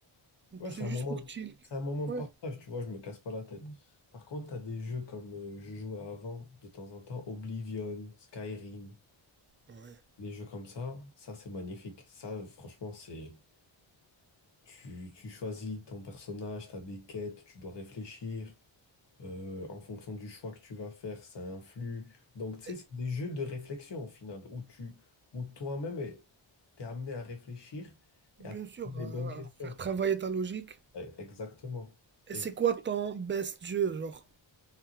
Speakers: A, on the left; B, on the right.
A: Ouais,
B: C'est
A: c'est un
B: juste
A: moment,
B: pour chill.
A: c'est un moment de
B: Ouais.
A: partage, tu vois, je me casse pas la tête. Par contre, tu as des jeux comme euh, je jouais avant, de temps en temps, Oblivion, Skyrim,
B: Ouais.
A: les jeux comme ça, ça c'est magnifique. Ça, franchement, c'est. Tu, tu choisis ton personnage, tu as des quêtes, tu dois réfléchir. euh, en fonction du choix que tu vas faire, ça influe. Donc, tu sais,
B: Et
A: c'est des jeux de réflexion au final, où tu, où toi-même, est- t'es amené à réfléchir
B: bien
A: et à te
B: sûr,
A: poser des
B: euh,
A: bonnes questions.
B: faire travailler ta logique.
A: Eh, Exactement.
B: Et
A: Et
B: c'est quoi ton best jeu, genre,